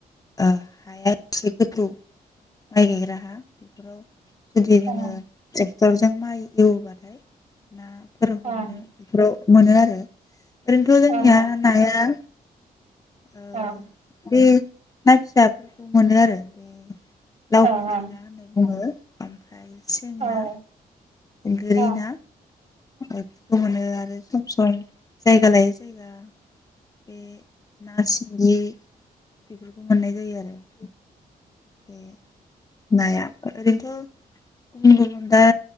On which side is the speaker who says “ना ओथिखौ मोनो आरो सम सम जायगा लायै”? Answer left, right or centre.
Left